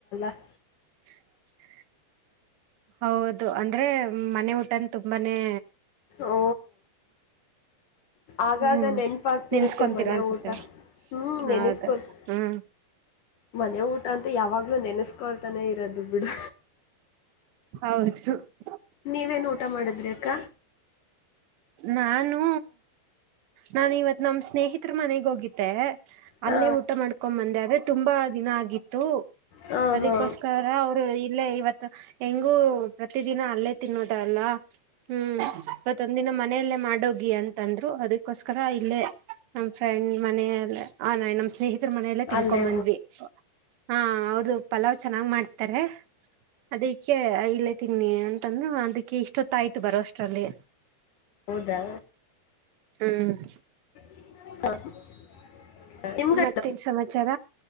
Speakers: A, on the left; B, on the right.
A: <unintelligible>
B: <unintelligible> ಹೌದು ಅಂದ್ರೆ ಮನೆ ಊಟನ್ ತುಂಬಾನೆ
A: ಓ ಆಗಾಗ
B: ಹ್ಮ್
A: ನೆನಪಾಗ್ತಿರುತ್ತೆ
B: ನೆನ್ಸ್ಕೊಂತೀರಾ
A: ಮನೆ
B: ಅನ್ಸುತ್ತೆ
A: ಊಟ ಹ್ಮ್
B: ಹೌದು
A: ನೆನಸ್ಕೋತ್
B: ಹ್ಮ್
A: ಮನೆ ಊಟ ಅಂತ ಯಾವಾಗ್ಲೂ ನೆಸ್ಸ್ ಕೊಲ್ತಾನೆ ಇರದು ಬಿಡು.
B: <unintelligible>
A: ನೀವೇನೂಟ ಮಾಡಿದ್ರಿ ಅಕ್ಕ.
B: ನಾನೂ ನಾ ಇವತ್ ನಮ್ ಸ್ನೇಹಿತ್ರ ಮನೆಗ್ ಹೋಗಿದ್ದೆ. ಅಲ್ಲೇ
A: ಹಾ
B: ಊಟ ಮಾಡ್ಕೊ್ಂಬಂದೆ ಆದ್ರೆ ತುಂಬಾ ದಿನ ಆಗಿತ್ತು.
A: ಹಾ
B: ಅದಿಕ್ಕೋಸ್ಕರ
A: ಹಾ
B: ಅವರ್ ಇಲ್ಲೇ ಇವತ್ತ್ ಹೆಂಗೂ ಪ್ರತಿದಿನ ಅಲ್ಲೇ ತಿನ್ನೋದಲ್ಲ. ಹ್ಮ್ ಮತ್ ನಮ್ ಮನೆಯಲ್ಲೇ ಮಾಡೋಗಿ ಅಂತಂದ್ ರು ಅದುಕ್ಕೋಸ್ಕರ ಇಲ್ಲೇ ನಮ್ಮ್ ಫ್ರೆಂಡ್ ಮನೆಯಲ್ಲೆ ಹಾ ನಯ್ ನಮ್ಮ್ ಸ್ನೇಹಿತ್ ರ್ ಮನೆಯಲ್ಲೆ ತಿನ್ಕೊಬಂದ್ವಿ.
A: ಅಲ್ಲೇ
B: ಹಾ ಅವ್ದ ಪಲಾವ್ ಚೆನ್ನಾಗ್ ಮಾಡ್ತಾರೆ ಅದಿಕ್ಕೆ ಇಲ್ಲೇ ತಿನ್ನಿ ಅಂತಂದ್ ಅದಕ್ಕೆ ಇಷ್ಟೊತ್ತಾಯ್ ತ್ ಬರೋಷ್ಟ್ರಲ್ಲಿ.
A: ದಾ
B: ಹ್ಮ್
A: <unintelligible> ನಿಮ್ಗ
B: ಮತ್ತೆನ್ ಸಮಾಚಾರ